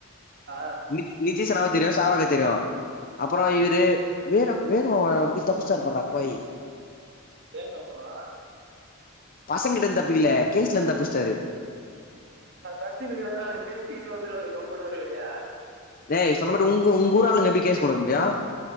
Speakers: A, on the right; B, on the left.
A: ஆ,
B: நித் நித்திஷ் அண்ணாவ தெரியு சாவாக தெரியு அப்பறம் இவுரு வேலு வேலு எப்டி தப்புசிட்டார் பாருடா அப்பாயி
A: வேனு அம்மாவா
B: பசங்ககிட்ட இருந்து தப்பிக்கல கேஸ்லே இருந்து தப்பிச்சிட்டாரு
A: அவரு படிச்சின்னுக்குறாரு அவர்ட்ட பேசி கீசி வந்துருவாரு தம் போட அவரு வெளிய
B: டேய் சொன்ன மாட்டு உங் உங்கூராளுங்க எப்டி கேஸ் கொடுக்க முடியு